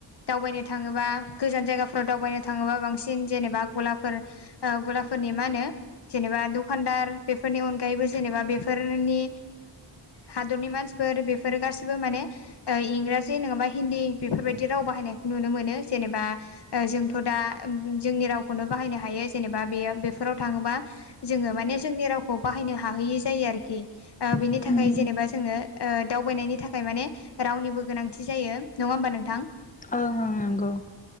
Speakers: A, on the left; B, on the left.
A: दावबायनो थाङोबा गोजान जायगा फोराव दावबायनो थाङोबा बांसिन जेनेबा गलाफोर गलाफोरनि मा होनो जेनेबा दखानदार बेफोरनि अनगायैबो जेनेबा बे फोरनि हादरनि मानसिफोर बेफोरो गासिबो माने इंराजि नङाबा हिन्दी बेफोरबायदि राव बाहायनायखौ नुनो मोनो जेनेबा जोंथ' दा जोंनि रावखौनो बाहायनो हायो जेनेबा बे बेफोराव थाङोबा जोङो माने जोंनि रावखौ बाहायनो हाहैयि जायो आरोखि ओ बिनि
B: उम
A: थाखाय जेनेबा जोङो ओ दावबायनायनि थाखाय माने रावनिबो गोनांथि जायो नङा होमबा नोंथां?
B: ओं ओं नोंगौ।